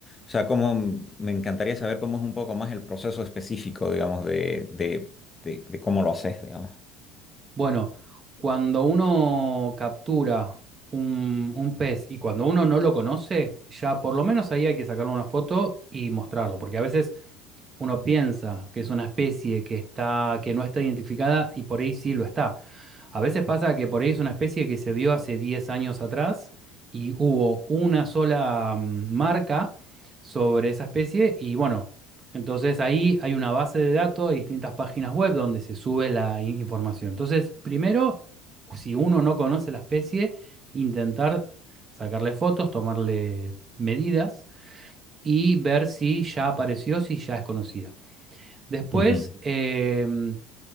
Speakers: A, on the left; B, on the right.
A: sea, cómo, me encantaría saber cómo es un poco más el proceso específico, digamos, de, de, de, de cómo lo haces, digamos.
B: bueno, cuando uno captura un, un pez y cuando uno no lo conoce, ya por lo menos ahí hay que sacarle una foto y mostrarlo, porque a veces uno piensa que es una especie que está, que no está identificada y por ahí sí lo está. A veces pasa que por ahí es una especie que se vio hace 10 años atrás y hubo una sola mm, marca sobre esa especie y bueno, entonces ahí hay una base de datos, hay distintas páginas web donde se sube la in- información. Entonces, primero, si uno no conoce la especie, intentar sacarle fotos, tomarle medidas y ver si ya apareció, si ya es conocida. Después,
A: Ujú.
B: eh,